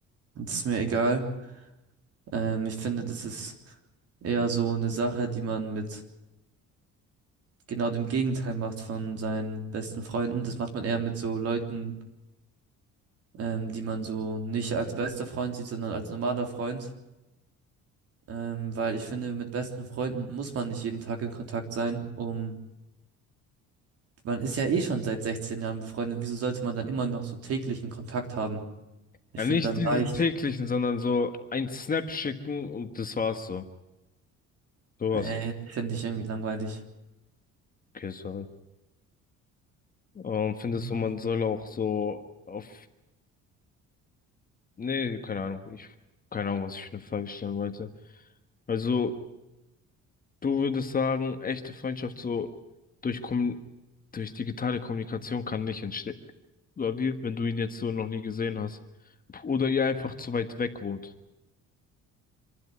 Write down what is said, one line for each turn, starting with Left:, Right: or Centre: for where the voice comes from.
Right: das ist mir egal. Ähm, ich finde, das ist eher so eine Sache, die man mit genau dem Gegenteil macht von seinen besten Freunden. Das macht man eher mit so Leuten, ähm, die man so nicht als bester Freund sieht, sondern als normaler Freund. Ähm, weil ich finde, mit besten Freunden muss man nicht jeden Tag in Kontakt sein, um man ist ja eh schon seit 16 Jahren befreundet. Wieso sollte man dann immer noch so täglichen Kontakt haben? Ich
Left: Ja,
Right: finde,
Left: nicht
Right: dann reicht.
Left: diese täglichen, sondern so ein Snap schicken und das war's so. Sowas.
Right: Ey, finde ich irgendwie langweilig.
Left: Okay, sorry. Ähm, findest
Right: Mhm.
Left: du, man soll auch so auf Nee, keine Ahnung. Ich, keine Ahnung, was ich für eine Frage stellen wollte. Also, du würdest sagen, echte Freundschaft so durch Kommun durch digitale Kommunikation kann nicht entstehen. Oder wie, wenn du ihn jetzt so noch nie gesehen hast. Oder ihr einfach zu weit weg wohnt.